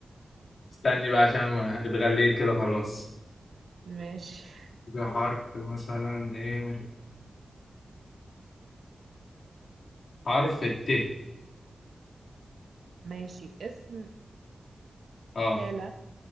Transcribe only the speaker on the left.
استني بقى عشان ما اتغليت كده خلاص
حاجة حرف مثلا ايه حرف الت
اه